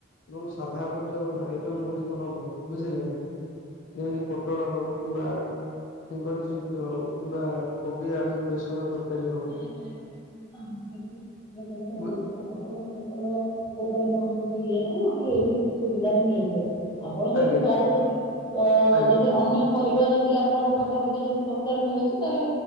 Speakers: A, on the left; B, on the left.
A: ଏବଂ ସାଧା ଉପରେ ଯୋଉ ଆଇଟମ ଗୁଡିକ ହବ ବୁଝିଲେ ନା ଯେମିତି ପୋଟଳ ହଉ କିମ୍ବା ଫିଙ୍ଗର ଚିପ୍ସ ହଉ କିମ୍ବା କୋବି ଆଳୁ ବେସନ ତରକାରୀ ହଉ।
B: <unintelligible> <unintelligible> ସେପଟେ
A: ବୁ
B: ମୋର ଜିନିଷ ଇଏ ନାହିଁ ଆମର ଏଇଠୁ ସୁବିଧାରେ ମିଳିଯିବ। ଆପଣ ଯଦି
A: ଆଜ୍ଞା
B: ପାରୁଛନ୍ତି ଅ
A: ଆଜ୍ଞା
B: ଯଦି ଅନ୍ୟ ପରିବା ଯଦି ଆ ଆପଣଙ୍କ ପାଖାପାଖି ଯଦି ଶସ୍ତାରେ ମିଳୁଛି ତାହେଲେ